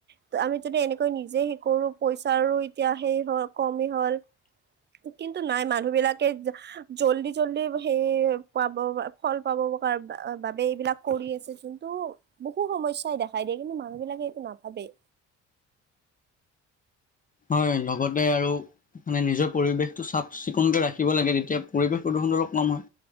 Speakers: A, on the right; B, on the left.
A: তে আমি যদি এনেকৈ নিজে হেই কৰো পইচাৰো তিয়া হেই হ', কমি হ'ল কিন্তু নাই, মানুহবিলাকে জা জল্দি জল্দি হেই পাব ফল পাব কা বা বাবে এইবিলাক কৰি আছে, যোনটো বহু সমস্যাই দেখাই দিয়ে। কিন্তু মানুহবিলাকে এইটো নাভাবেই।
B: হয়, লগতে আৰু মানে নিজৰ পৰিৱেশটো চাফ-চিকুণকে ৰাখিব লাগে, তেতিয়া পৰিৱেশ প্ৰদূষণটো অলপ কম হয়।